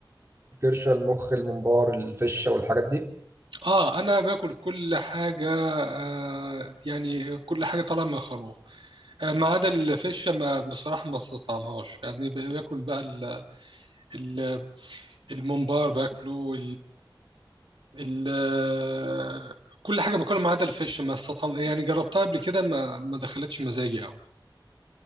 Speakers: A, on the right (about 30°); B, on the right (about 85°).
A: الكرشه المخ الممبار الفشه والحاجات دي
B: اه انا باكل كل حاجه آه يعني كل حاجه طالعه من الخروف آه ما عدا الفشه ما بصراحه ما استطعمهاش يعني ب- باكل بقى ال- ال- الممبار باكله ال- كل حاجه باكلها ما عدا الفش ما استطعم يعني جربتها قبل كده ما ما دخلتش مزاجي قوي